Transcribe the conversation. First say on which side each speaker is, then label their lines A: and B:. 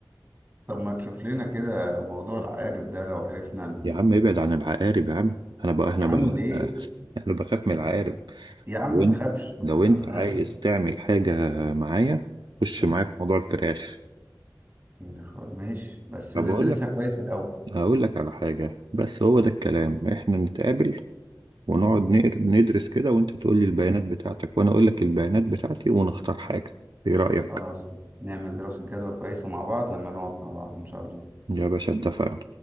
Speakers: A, on the right; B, on the right.
A: طب ما تشوف لنا كده موضوع العقارب ده لو عرفنا ان...
B: يا عم ابعد عن العقارب يا عم انا بقى احنا
A: يا عم
B: بقى
A: ليه
B: <laughs> انا بخاف من العقارب
A: يا عم
B: لو
A: ما
B: انت
A: تخافش
B: لو انت
A: <laughs>
B: عايز تعمل حاجة معايا خش معايا في موضوع الفراخ
A: آه، ماشي بس
B: طب
A: ندرسها
B: اقول لك
A: كويس الأول
B: اقول لك على حاجة بس هو ده الكلام احنا نتقابل ونقعد نقر- ندرس كده وانت تقول لي البيانات بتاعتك وانا اقول لك البيانات بتاعتي ونختار حاجة ايه رأيك
A: خلاص نعمل دراسة جدوى كويسة مع بعض لما نقعد مع بعض إن شاء الله
B: يا باشا اتفقنا